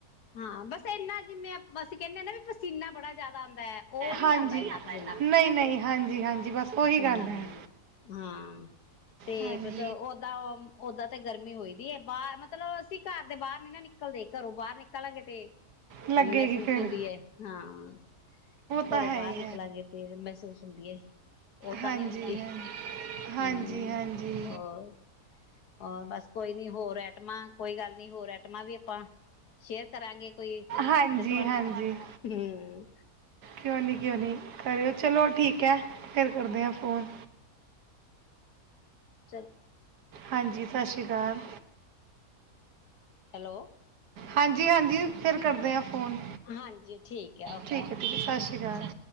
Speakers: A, on the left; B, on the right.
A: ਹਾਂ ਬਸ ਇਨਾ ਜਿਵੇਂ ਅਸੀਂ ਕਹਿੰਦੇ ਹ ਨਾ ਵੀ ਪਸੀਨਾ ਬੜਾ ਜਿਆਦਾ ਆਉਂਦਾ ਹੈ ਉਹ ਨੀ
B: ਹਾਂਜੀ
A: ਆਉਂਦਾ ਇੰਨਾ ਪਸੀਨਾ
B: ਨਹੀਂ ਨਹੀਂ ਹਾਂਜੀ ਹਾਂਜੀ। ਉਹੀ
A: ਹਮ
B: ਗੱਲ ਹੈ
A: ਹਾਂ ਤੇ
B: ਹਾਂਜੀ
A: ਮਸ ਓਦਾਂ ਓਦਾਂ ਤੇ ਗਰਮੀ ਹੋਈ ਦੀ ਹੈ ਬਾਹ ਮਤਬ ਮਤਲਬ ਅਸੀਂ ਘਰ ਦੇ ਬਾਹਰ ਨੀ ਨਾ ਨਿਕਲਦੇ ਘਰੋਂ ਬਾਹਰ ਨਿਕਲਾਂਗੇ ਤੇ
B: ਲੱਗੇਗੀ
A: ਮਹਿਸੂਸ
B: ਫਿਰ
A: ਹੁੰਦੀ ਹੈ ਹਾਂ
B: ਤਾਂ
A: ਚ ਉਹ
B: ਹੈ
A: ਬਾਹਰ
B: ਹੀ
A: ਨਿਕਲਾਂਗੇ ਤੇਰੇ ਮਹਿਸੂਸ ਹ ਓਦਾਂ
B: ਹਾਂਜੀ
A: ਨੀ ਹੁੰਦੀ,
B: ਹਾਂਜੀ ਹਾਂਜੀ
A: ਹਮ
B: ਹਾਂਜੀ
A: ਹੋਰ ਹੋਰ ਬਸ ਕੋਈ ਨੀ ਹੋਰ ਐਟਮਾਂ ਕੋਈ ਗੱਲ ਨੀ ਹੋਰ ਐਟਮਾਂ ਵੀ ਆਪਾਂ ਸ਼ੇਅਰ ਕਰਾਂਗੇ ਕੋਈ
B: ਹਾਂਜੀ
A: ਤੇ ਤੁਹਾਨੂੰ
B: ਹਾਂਜੀ
A: ਹਮ
B: ਕਿਉਂ ਨੀ ਕਿਉਂ ਨੀ ਕਰਿਓ ਚਲੋ ਠੀਕ ਹੈ। ਫਿਰ ਕਰਦੇ ਹਾਂ ਫੋਨ।
A: ਚੱਲ।
B: ਹਾਂਜੀ ਸਤਿ ਸ਼੍ਰੀ ਅਕਾਲ।
A: ਹੈਲੋ
B: ਹਾਂਜੀ ਹਾਂਜੀ ਫਿਰ ਕਰਦੇ ਆ ਫੋਨ
A: ਹਾਂਜੀ ਠੀਕ ਆ ਓਕੇ
B: ਠੀਕ ਹੈ ਠੀਕ ਹੈ ਸਤਿ ਸ੍ਰੀ ਅਕਾਲ।